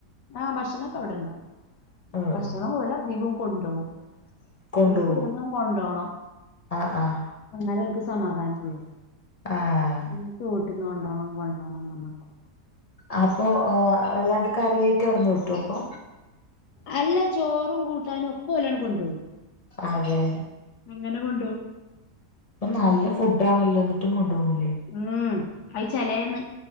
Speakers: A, on the left; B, on the left.
A: ആഹ് ഭക്ഷണൊക്കെ അവിടെണ്ടാവും
B: ഉം
A: ഭക്ഷണ പോലെ അധികവും കൊണ്ടോകും
B: കൊണ്ടുപോവോ
A: <unintelligible> കൊണ്ടോണം
B: ആഹ് ആഹ്
A: എന്നന്നാലെ ഓൽക്ക് സമാധാനം ഉള്ളൂ
B: ആഹ്
A: ഉം <unintelligible>
B: അപ്പൊ ങ് എല്ലാണ്ട് കറിയായിട്ട് അവിടുന്ന് കിട്ടു അപ്പൊ
A: അല്ല ചോറും കൂട്ടാനും ഒക്കെ ഒലാണ്ട് കൊണ്ടോകും
B: അതെ
A: എങ്ങനെ കൊണ്ടോ
B: ഇപ്പൊ നല്ല ഫുഡ് ആണല്ലോ എന്നിട്ടും കൊണ്ടുപോകൂലെ
A: ഉം അത് ചിലേന്ന്